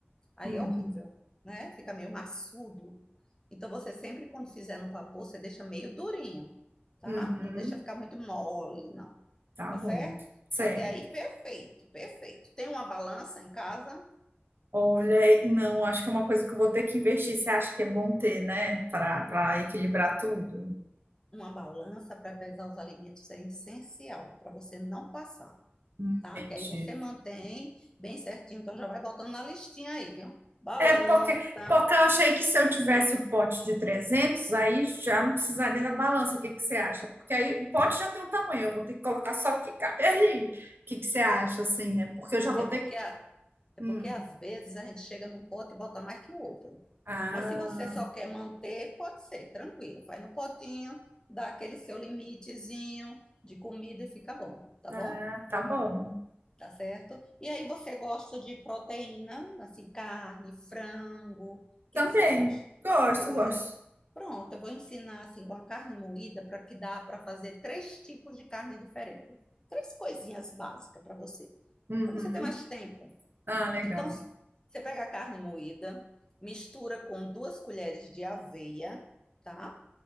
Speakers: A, on the left; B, on the right.
A: Aí
B: uhum,
A: é horrível, né? Fica meio maçudo. Então você sempre quando fizer no vapor, você deixa meio durinho, tá?
B: uhum.
A: Não deixa ficar muito mole, não.
B: Tá
A: Tá
B: bom.
A: certo?
B: Certo.
A: Até aí perfeito, perfeito. Tem uma balança em casa?
B: Olha, não, acho que é uma coisa que eu vou ter que investir. Você acha que é bom ter, né? Para para equilibrar tudo.
A: Uma balança para pesar os alimentos é essencial para você não passar,
B: Entendi.
A: tá? Que aí você mantém bem certinho, então já vai botando na listinha aí, viu? Balança.
B: É, porque, porque eu achei que se eu tivesse o pote de 300 aí já não precisaria da balança. O que que você acha? Porque aí o pote já tem um tamanho, eu vou ter que colocar só o que cabe ali. O que que você acha, assim, né? Porque eu já vou
A: É porque
B: ter.
A: a- é
B: Hum.
A: porque às vezes a gente chega num pote e bota mais que o outro.
B: Ah,
A: Mas se você só quer manter, pode ser, tranquilo. Faz no potinho, dá aquele seu limitezinho de comida e fica bom, tá
B: ah,
A: bom?
B: tá bom.
A: Tá certo? E aí você gosta de proteína, assim, carne, frango. O que
B: Também.
A: que você gosta?
B: Gosto,
A: Você gosta?
B: gosto.
A: Pronto, eu vou ensinar assim com a carne moída para que dá para fazer três tipos de carne diferentes. Três coisinhas básicas para você,
B: Uhum.
A: para você ter mais tempo.
B: Ah, legal.
A: Então, s- você pega a carne moída, mistura com duas colheres de aveia, tá?